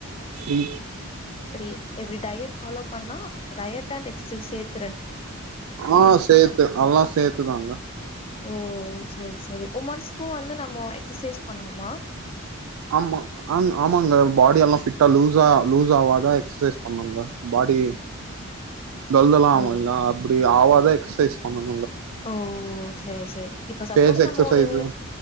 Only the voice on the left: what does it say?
த்ரீ எப்டி டயட் ஃபாலோ பண்ணா டயட் அண்ட் எக்சசைஸ் சேத்
ஓ செரி செரி வுமன்ஸ்க்கு வந்து நம்ம எக்சசைஸ் பண்ணனுமா
ஓ
ஓ சேரி சேரி இப்ப சப்போஸ்
நம்ம
ஒரு